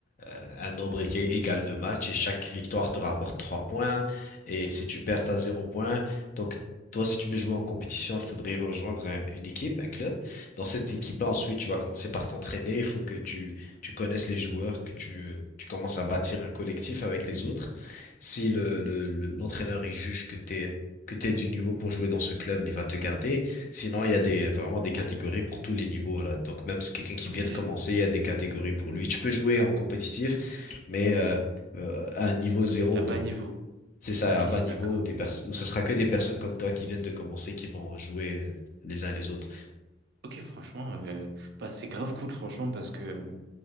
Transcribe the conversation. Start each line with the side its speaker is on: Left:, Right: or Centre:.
Left: euh, un nombre ég- égal de matchs et chaque victoire te rapporte trois points et si tu perds t'as zéro point. Donc toi si tu veux jouer en compétition, il faudrait rejoindre un- une équipe, un club. Dans cette équipe-là,
Right: Eh,
Left: ensuite tu vas commencer par t'entraîner. Il faut que tu tu connaisses les joueurs, que tu, tu commences à bâtir un collectif avec les autres. Si le, le- le- l'entraîneur il juge que t'es que t'es du niveau pour jouer dans ce club, il va te garder. Sinon, il y a des vraiment des catégories pour tous les niveaux là. Donc même si quelqu'un qui
Right: Ok,
Left: vient
Right: mais
Left: de commencer, il y a des catégories pour lui. Tu peux jouer en compétitif, mais euh, euh, à un niveau zéro.
Right: à bas
Left: Donc
Right: niveau.
Left: c'est ça,
Right: Ok,
Left: à bas niveau
Right: d'accord.
Left: où des personnes où ce sera que des personnes comme toi qui viennent de commencer qui vont jouer euh, les uns les autres.
Right: Ok, franchement, euh, bah, c'est grave cool, franchement, parce que euh,